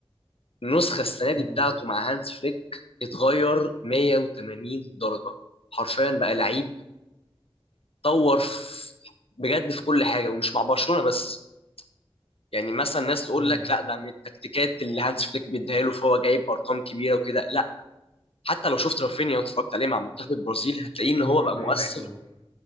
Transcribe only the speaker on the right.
امم
امم
هو
كلاعب
اتطور